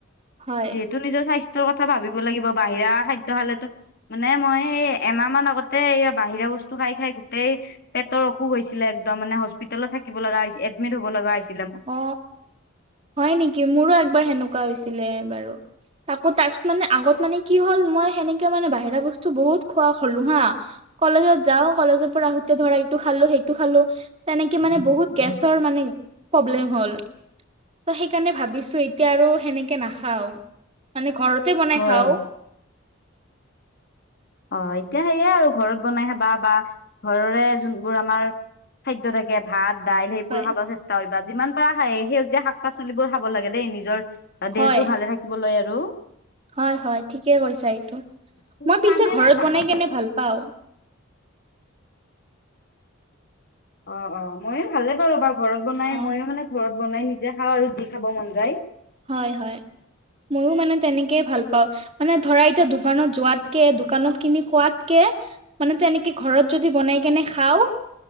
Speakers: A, on the right; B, on the left.
A: হয়
B: যিহেতু নিজৰ স্বাস্থ্যৰ কথা ভাবি, দিব লাগিব বাহিৰা খাদ্য খালেতো। মানে মই এমাহ মান আগতে এই বাহিৰা বস্তু খাই খাই গোটেই, পেটৰ অসুখ হৈছিলে একদম মানে হস্পিতেলত থাকিব লগা হৈছে এডমিট হব লগা হৈছিল।
A: অ হয় নিকি মোৰো একবাৰ সেনুকা হৈছিলে বাৰু আকৌ তাচ মানে আগত মানে কি হ'ল মই সেনেকে মানে বাহিৰা বস্তু বহুত খোৱা হলো হা, কলেজত যাও। কলেজৰ পৰা আহোতে ধৰা ইটো খালো সেইটো খালো তেনেকে মানে বহুত গেছৰ মানে, প্ৰব্লেম হল ত সেইকাৰণে ভাবিছো এতিয়া আৰু সেনে, কে নাখাও মানে ঘৰতে বনাই
B: হয়।
A: খাও।
B: অ এতিয়া সেয়ে আৰু ঘৰত বনাই খাবা বা ঘৰৰে যোনবোৰ আমাৰ খাদ্য, থাকে ভাত দাইল সেইবোৰো
A: হয়।
B: খাব চেষ্ট তাইবা যিমান পাৰ খায়েই সেউজীয়া শাক পাচলিবোৰ খাব লাগে দেই নিজৰ
A: হয়
B: দেহটো ভালে থাকে। দিবলৈ আৰু
A: হয় হয় ঠিকে কৈছা এইটো
B: তুমি
A: মই
B: খোৱা
A: পিছে
B: নে
A: ঘৰত
B: নে শাক
A: বনাই
B: পাচলিবোৰ?
A: কেনে ভাল পাওঁ।
B: অ অ মইয়ো ভালে পাৰো বা ঘৰত বনাই
A: অ
B: মইয়ো মানে ঘৰত বনাই নিজে খাওঁ আৰু যি খাব মন যায়।
A: হয় হয় ময়ো মানে তেনেকেই ভাল পাওঁ। মানে ধৰা এতিয়া দোকানত যোৱাতকে দোকানত কিনি খোৱাতকে। মানে তেনেকে ঘৰত যদি বনাই কেনে খাও।